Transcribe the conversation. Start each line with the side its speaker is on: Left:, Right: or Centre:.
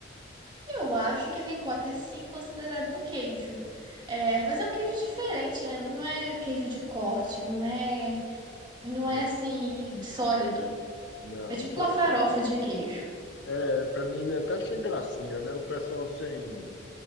Right: Eu acho que a ricota é sim é considerado um queijo. É, mas é um queijo diferente, né? Não é queijo de corte, não é, não
Left: Não,
Right: é assim sólido.
Left: não.
Right: É tipo
Left: Para
Right: uma farofa
Left: mim,
Right: de queijo.
Left: é, para mim ele é até sem gracinha, né? O pessoal sem, o